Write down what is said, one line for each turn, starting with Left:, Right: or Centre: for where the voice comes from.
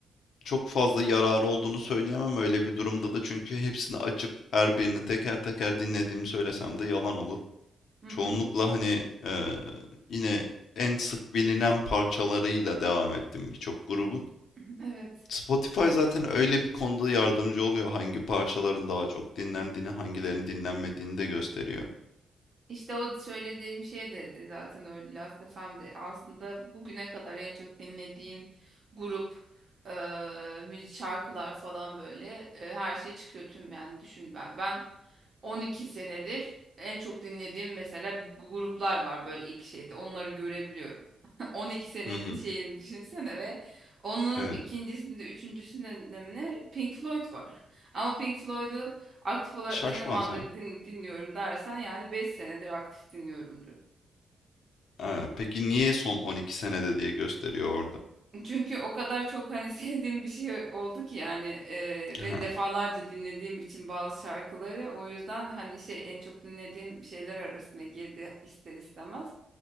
Left: çok fazla yararı olduğunu söyleyemem öyle bir durumda da çünkü hepsini açıp her birini teker teker dinlediğimi söylesem de yalan olur.
Right: Hı
Left: Çoğunlukla
Right: hı, hı
Left: hani eee, yine en sık bilinen parçalarıyla devam ettim birçok grubun.
Right: hı, Evet.
Left: Spotify zaten öyle bir konuda yardımcı oluyor. Hangi parçaların daha çok dinlendiğini, hangilerinin dinlenmediğini de gösteriyor.
Right: İşte o söylediğim şey de e, zaten öyle Last FM'de aslında bugüne kadar en çok dinlediğin grup e, müzi- şarkılar falan böyle e, her şey çıkıyor tüm yani düşün ben ben 12 senedir en çok dinlediğim mesela bir gruplar var böyle ilk şeyde onları görebiliyorum. <laughs> 12 senenin
Left: Hı hı.
Right: şeyini düşünsene ve onun
Left: Evet.
Right: ikincisinde üçüncüsünde ne ne- Pink Floyd var. Ama Pink Floyd'u aktif olarak
Left: Şaşmaz
Right: ne zamandır
Left: ya.
Right: din- dinliyorum dersen yani 5 senedir aktif dinliyorumdur.
Left: Ha, peki niye son 12 senede diye gösteriyor orada?
Right: Çünkü o kadar çok hani <laughs> sevdiğim bir şey oldu ki yani e, ve
Left: Ha.
Right: defalarca dinlediğim için bazı şarkıları o yüzden hani şey en çok dinlediğim şeyler arasına girdi ister istemez.